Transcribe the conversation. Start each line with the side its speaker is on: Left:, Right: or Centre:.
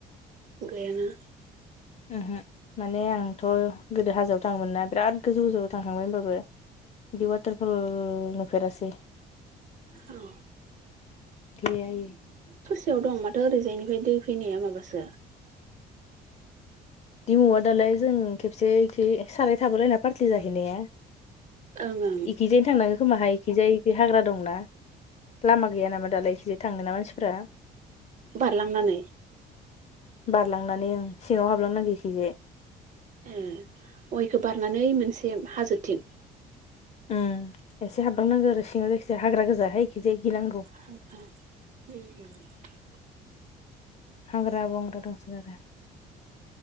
Right: गैयाना?
Left: ओहो माने आंथ' गोदो हाजोआव थाङोमोनना बिराद गोजौ गोजौआव थांखांबाय ओमबाबो इदि वाटारफल नुफेरासै।
Right: औ
Left: गैया इयो।
Right: बबेयाव दं माथो ओरैजायनिफाय दै फैनाया माबासो
Left: दिमुआव दालाय जों खेबसे ओइखि साराय थाबोलायनाय पार्टि जाहैनाया।
Right: ओं ओं
Left: इखिजायनो थांनांगो खोमाहाय? इखिजाय इखि हाग्रा दंना लामा गैया नामा दालाय इखिजाय थाङोना मानसिफोरा।
Right: बारलांनानै
Left: बारलांनानै ओं सिङाव हाबलांनांगो इखिजाय।
Right: ए अ' इखो बारनानै ओइ मोनसे हाजोथिं।
Left: ओम एसे हाबलांनांगौ आरो सिङाव जायखिजाया हाग्रा गोजाहाय इखिजाय। गिनांगौ
Right: <unintelligible>
Left: हाग्रा बंग्रा दंसोगारो।